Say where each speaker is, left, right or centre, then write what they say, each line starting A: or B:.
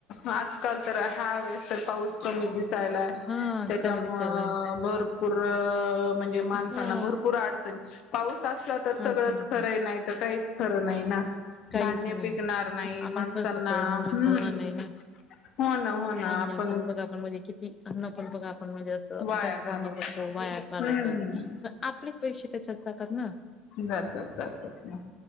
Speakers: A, on the left; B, on the left.
A: आजकाल तर ह्या वेळेस तर पाऊस कमी दिस. यला
B: हा
A: त्याच्यामु
B: कमी दिसायलाय.
A: भरपूर म्हणजे माणसांना
B: हो
A: भरपूर अडचण पाऊस असला तर
B: अडचणीत
A: सगळंच खरं नाही तर काहीच खरं नाही ना.
B: काहीच
A: धान्य
B: नाही
A: पिकणार
B: आपण
A: माणसांना
B: खर्च करून चालणार
A: हम्म
B: नय ना,
A: हो ना हो ना
B: धान्य
A: आपण
B: पण बघा आपण म्हणजे किती अन्न पण बघा आपण म्हणजे असं
A: वाया
B: जास्त
A: घालवतो
B: अन्न करतो वाया कालवतो
A: हम्म.
B: आपले पैसे त्याच्यात ना.
A: जातात जातातात ना